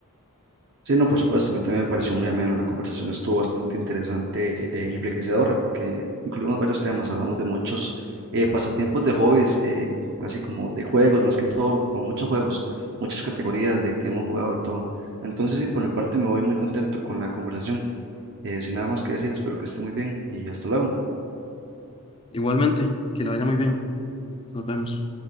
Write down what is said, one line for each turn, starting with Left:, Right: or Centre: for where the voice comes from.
Right: Sí, no, por supuesto, a mí también me pareció muy ameno. La conversación estuvo bastante interesante e enriquecedora porque incluimos varios temas, hablamos de muchos eh, pasatiempos de hobbies, eh, así como de juegos, más que todo, como muchos juegos, muchas categorías de que hemos jugado y todo. Entonces, sí, por mi parte me voy muy contento con la conversación. Eh, sin nada más que decir, espero que esté muy bien y hasta luego.
Left: Igualmente, que le vaya muy bien. Nos vemos.